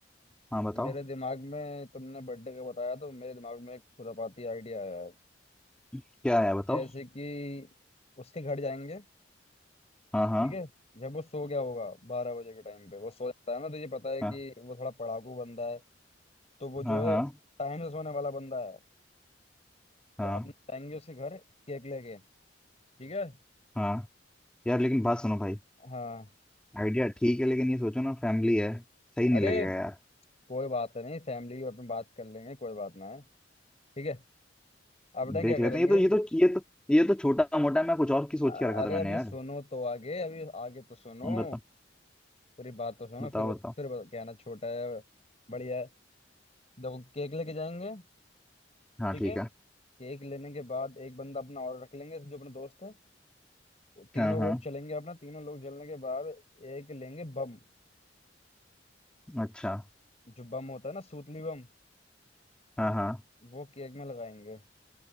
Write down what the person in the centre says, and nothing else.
हाँ बताओ
क्या है बताओ
हाँ हाँ
हाँ
हाँ
हाँ हाँ
हाँ
हाँ यार लेकिन बात सुनो भाई
आइडिया ठीक है लेकिन ये सोचो ना फैमिली है सही नहीं
लगेगा यार
देख
लेते हैं ये तो ये तो ये तो ये तो छोटा मोटा मैं कुछ और की सोच
के रखा
था मैंने
यार
बताओ
बताओ
बताओ
हाँ
ठीक
है
हाँ हाँ
अच्छा
हाँ हाँ